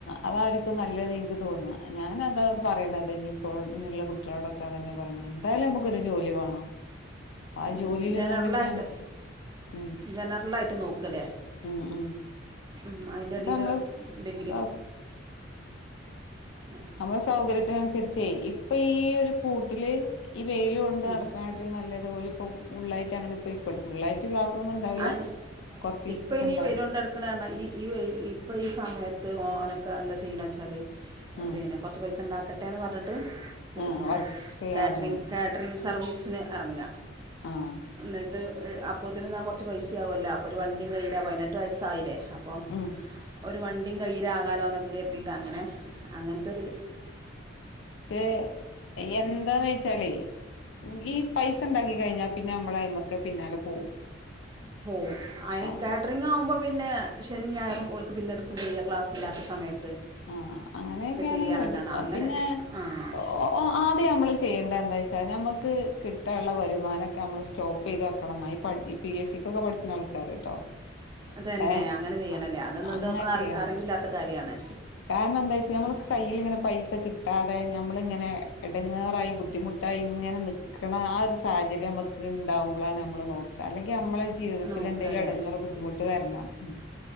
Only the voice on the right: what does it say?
ഉം.
ജനറലായിട്ട്
ജനറലായിട്ട് നോക്കല്ലേ
ഉം അയിന്റെടേല്
ഡിഗ്രി ആ.
ഉം.
അതിന്
ഇപ്പൊ ഇനി
വെയിലുണ്ടടക്കണ കാരണം ഈ ഈ വെയിൽ ഇപ്പൊ ഈ സമയത്ത് ഓനൊക്കെ ന്താ ചെയ്യണ വെച്ചാൽ
പിന്നെ കൊറച്ച് പൈസ ഉണ്ടാക്കട്ടെ ട്ടേന്ന് പറഞ്ഞി പിന്നെ
കാറ്റ്റിംങ്
കാറ്റ്റിംങ്സ് സർവീസിന് ഇറങ്ങാ
എന്നിട്ട് അപ് <unintelligible> കൊറച്ച് പൈസയാകവുവല്ലോ അപ്പോ ഒരു വണ്ടിയും കയ്യിലാവും പതിനെട്ട് വയസ്സ് ആയില്ലേ അപ്പം
ഒരു വണ്ടിയും കയ്യിലാകാലോ എന്നൊക്കെ കരുതിയിട്ടാ അങ്ങനെ അങ്ങനത്തൊരു
പോവും അയിന്
കാറ്ററിങ് ആവുമ്പോ പിന്നെ ശനി ഞായറും ഓൽക്ക് പിന്നെടുക്കും ചെയ്യാ ക്ലാസ്സില്ലാത്ത സമയത്ത്
ചെയ്യാനായിട്ടാണ്
അങ്ങനെ
ആഹ്
തന്നെ
അങ്ങനെ ചെയ്യണല്ലേ
അതൊന്നും
ഇതൊക്കെ അറി
അറിവില്ലാത്ത കാര്യാണ്
ആഹ്
നോക്ക
അല്ലെങ്കിൽ